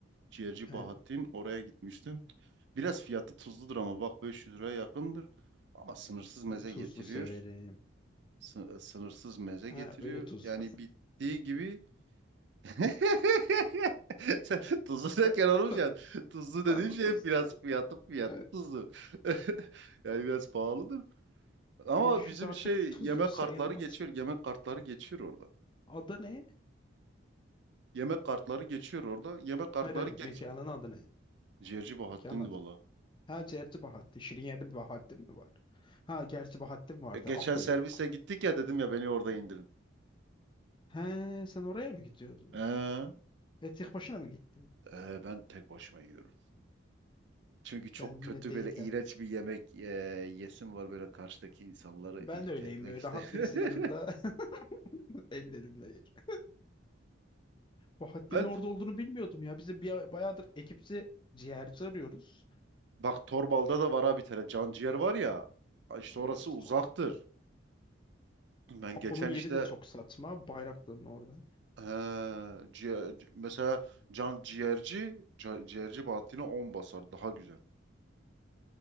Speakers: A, on the right; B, on the left.
A: Ciğerci
B: he,
A: Bahattin. Oraya gitmiştim. Biraz fiyatı tuzludur ama bak 500 liraya yakındır. Ama sınırsız meze
B: ben tuzlu
A: getiriyor.
B: severim.
A: Sı- Sınırsız meze getiriyor.
B: He, öyle tuz.
A: Yani bittiği gibi <laughs> Sen tuzlu
B: <laughs>
A: derken olmuş
B: Ta-
A: yani. Tuzlu dediğim
B: Tatlı
A: şey
B: tuzlu
A: hep biraz
B: saat.
A: fiyatı fiyatı
B: Evet.
A: tuzlu. <laughs> Yani biraz pahalıdır. Ama
B: 500
A: bizim
B: artık
A: şey
B: tuzlu
A: yemek
B: sayılmaz.
A: kartları geçiyor. Yemek kartları geçiyor orada.
B: Adı ne?
A: Yemek kartları geçiyor orada. Yemek kartları
B: Hayır, hayır
A: geç.
B: mekanın adı ne?
A: Ciğerci Bahattin'di
B: Mekanın adı
A: valla.
B: ne? Ha Cerci Bahattin. Şirin yerde bir Bahattin mi var? Ha gerçi Bahattin vardı.
A: E, geçen
B: Apo
A: servise
B: yok.
A: gittik ya dedim ya beni orada indirin.
B: He sen oraya mı gidiyordun?
A: Ee,
B: E tek başına mı gittin?
A: e, ben tek başıma yiyorum. Çünkü çok
B: Kendinle
A: kötü
B: date
A: böyle iğrenç
B: yap.
A: bir yemek e, yesim var böyle karşıdaki insanları
B: Ben
A: irite
B: de öyleyim
A: etmek
B: böyle
A: ister.
B: rahat birisi yanında
A: <laughs>
B: <laughs> ellerimle yer. Bahattin'in
A: Ben
B: orada olduğunu bilmiyordum ya. Bize bir, bayağıdır ekipçi ciğerci arıyoruz.
A: Bak Torbal'da da var abi bir tane canciğer var ya. İşte
B: Ay,
A: orası
B: orası
A: uzaktır.
B: çok saçma.
A: Ben
B: Apo'nun
A: geçen
B: yeri
A: işte
B: de çok saçma. Bayraklı'nın orada.
A: he, ciğer- c- mesela can ciğerci ca- ciğerci Bahattin'e 10 basar daha güzel.